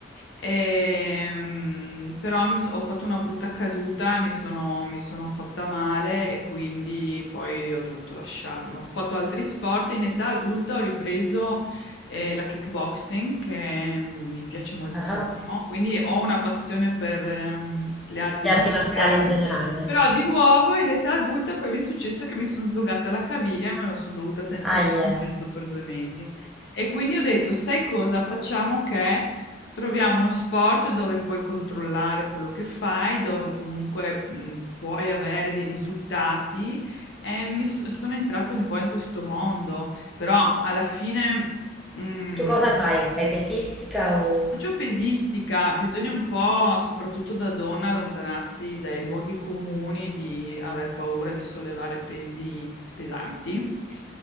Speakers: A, on the left; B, in the centre.
A: ehm, però mi- ho fatto una brutta caduta e mi sono, mi sono fatta male e quindi poi ho dovuto lasciarlo. Ho fatto altri sport, in età adulta ho ripreso eh, la kickboxing che mm, mi piace moltissimo,
B: ah,
A: quindi ho una passione per ehm, le arti
B: le
A: marziali,
B: arti marziali in generale.
A: però di nuovo in età adulta poi mi è successo che mi sono slogata la caviglia e me lo sono dovuta ten- tenere
B: Ahia.
A: in gesso per due mesi. E quindi ho detto, sai cosa, facciamo che troviamo uno sport dove puoi controllare quello che fai, dove comunque mh, puoi avere dei risultati e mi so- sono entrata un po' in questo mondo, però alla fine Mm,
B: Tu cosa fai? Fai pesistica o
A: Faccio pesistica, bisogna un po', soprattutto da donna, allontanarsi dai luoghi comuni di aver paura di sollevare pesi pesanti.